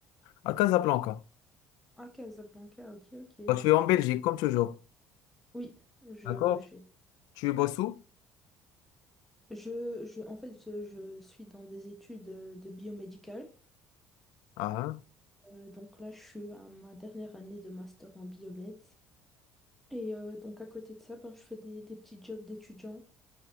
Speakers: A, on the left; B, in the centre.
A: À Casablanca.
B: Ah, Casablanca, ok, ok.
A: Toi, tu es en Belgique, comme toujours.
B: Oui, je,
A: D'accord?
B: j'ai.
A: Tu es où?
B: Je, je, en fait, je je suis dans des études euh, de biomédical.
A: Ah, hein.
B: Euh, donc là, je suis à ma dernière année de master en biomed. Et euh, donc à côté de ça, ben, je fais des, des petits jobs d'étudiant